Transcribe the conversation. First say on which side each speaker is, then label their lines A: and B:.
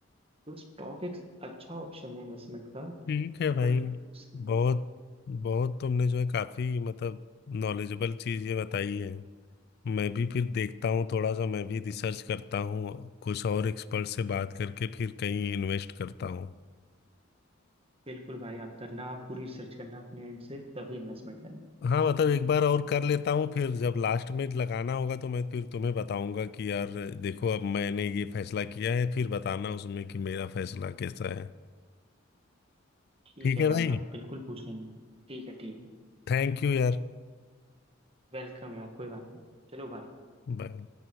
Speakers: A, on the right; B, on the left.
A: तो स्टॉक एक अच्छा ऑप्शन है इन्वेस्टमेंट का
B: ठीक है भाई
A: बट उसके
B: बहुत
A: लिए
B: बहुत तुमने जो है काफी मतलब नॉलेजेबल चीज ये बताई है मैं भी फिर देखता हूँ थोड़ा सा मैं भी रिसर्च करता हूँ कुछ और एक्सपर्ट से बात करके फिर कहीं इन्वेस्ट करता हूँ
A: बिल्कुल भाई आप करना आप पूरी रिसर्च करना अपने एंड से तभी इन्वेस्टमेंट करना
B: हाँ मतलब एक बार और कर लेता हूँ फिर जब लास्ट में लगाना होगा तो मैं फिर तुम्हें बताऊंगा कि यार देखो अब मैंने ये फैसला किया है फिर बताना उसमें कि मेरा फैसला कैसा है
A: ठीक
B: ठीक
A: है
B: है
A: भाई
B: भाई
A: आप बिल्कुल पूछ लेना ठीक है ठीक है
B: थैंक यू यार
A: वेलकम है आप कोई बात नहीं चलो भाई
B: बाय